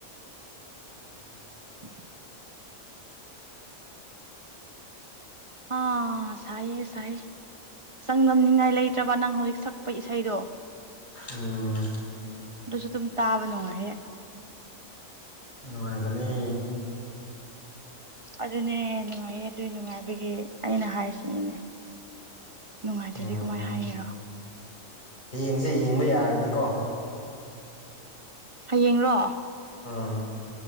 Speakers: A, on the left; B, on the right.
A: ꯉꯥꯎꯒꯅꯤ ꯉꯥꯎꯒꯅꯤ
B: <inaudible>
A: ꯅꯪ
B: ꯑꯥ ꯁꯥꯏꯌꯦ ꯁꯥꯏꯌꯦ ꯆꯥꯡꯗꯝꯅꯤꯉꯥꯏ ꯂꯩꯇ꯭ꯔꯕ ꯅꯪ ꯍꯧꯖꯤꯛ ꯁꯛꯄ ꯏꯁꯩꯗꯣ
A: ꯎꯝ
B: ꯑꯗꯨꯁꯨ ꯑꯗꯨꯝ ꯇꯥꯕ ꯅꯨꯡꯉꯥꯏꯍꯦ
A: ꯅꯨꯡꯉꯥꯏꯕꯅꯤ
B: ꯑꯗꯨꯅꯦ ꯅꯨꯡꯉꯥꯏꯌꯦ ꯑꯗꯨꯏ ꯅꯨꯡꯉꯥꯏꯕꯒꯤ ꯑꯩꯅ ꯍꯥꯏꯔꯤꯁꯤꯅꯦꯅꯦ ꯅꯨꯡꯉꯥꯏꯇ꯭ꯔꯗꯤ
A: ꯎꯝ
B: ꯀꯃꯥꯏꯅ ꯍꯥꯏꯔꯤꯔꯣ
A: ꯌꯦꯡꯁꯦ ꯌꯦꯡꯕ ꯌꯥꯔꯅꯤꯀꯣ
B: ꯍꯌꯦꯡꯔꯣ
A: ꯑꯥ